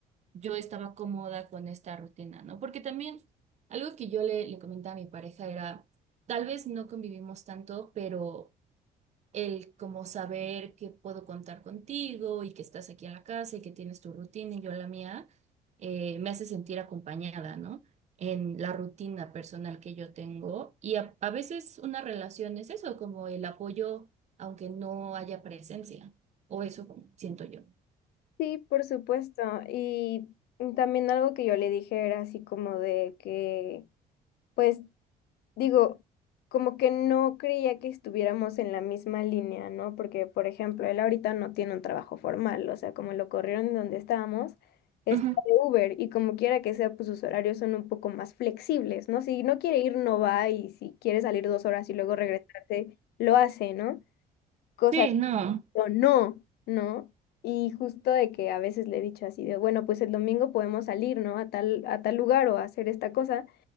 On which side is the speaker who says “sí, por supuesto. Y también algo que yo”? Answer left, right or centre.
Left